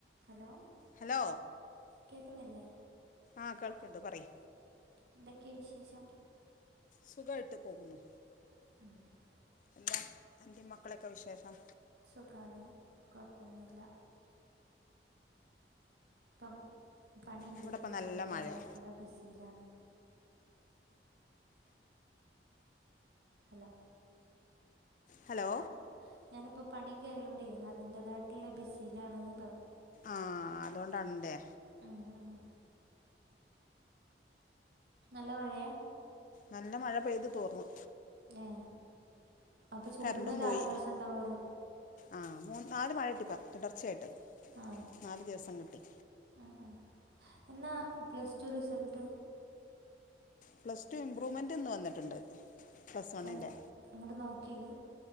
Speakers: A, on the right (about 65°); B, on the left (about 45°).
A: Hello
B: hello
A: കേക്കുന്നില്ലേ
B: ആ കേൾക്കണ്ട് പറയ്
A: എന്തൊക്കെയാ വിശേഷം
B: സുഖായിട്ട് പോകുന്നു
A: <inaudible>
B: എന്താ അന്റേം മക്കളൊക്കെ വിശേഷം
A: സുഖമാണ് കുഴപ്പോന്നുല്ല പ്പം പണിയിണ്ട്
B: ഇവിടെ ഇപ്പം
A: അപ്പൊ
B: നല്ല
A: അതിന്റേതായിട്ടുള്ള
B: മഴയാ
A: ബിസിയിലാണ് ഹലോ
B: ഹലോ
A: ഹ ഞാനിപ്പോൾ പണി കേറിയോണ്ടേ അതിന്റേതായിട്ടുള്ള ബിസിലാണ് പറ
B: ആ അതുകൊണ്ടാണ്ടേ
A: ഉം, ഉം. നല്ല മഴയാ
B: നല്ല മഴ പെയ്ത് തോർന്നു
A: ഏഹ് അപ്പൊ ചൂടിനൊരാശ്വാസണ്ടാവോല്ലോ
B: കറണ്ടും പോയി ആ മൂ നാല് മഴട്ടിപ്പ തുടർച്ചയായിട്ട്
A: ആ
B: നാല് ദിവസം കിട്ടി
A: ഉം, ഉം. എന്നാ പ്ലസ്റ്റു റിസൽട്ട്
B: പ്ലസ്റ്റു ഇംമ്പ്രൂവ്മെന്റ് ഇന്ന് വന്നിട്ടുണ്ട് പ്ലസ് വണ്ണിൻ്റെ
A: എ ഇങ്ങട്ട് നോക്കി